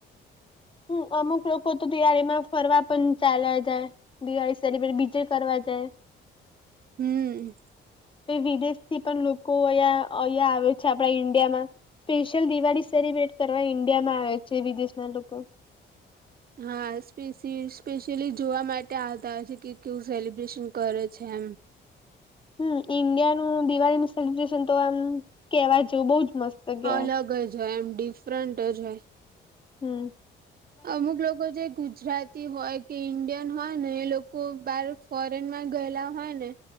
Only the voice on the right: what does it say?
હમ્મ
હા સ્પેસી સ્પેશિયલી જોવા માટે આવતા હોય છે કે કેવું સેલિબ્રેશન કરે છે એમ.
અલગ જ હોય એમ ડિફરન્ટ જ હોય.
અમુક લોકો જે ગુજ ગુજરાતી હોય કે ઈન્ડિયન હોય ને એ લોકો બહાર ફોરેનમાં ગયેલા હોય ને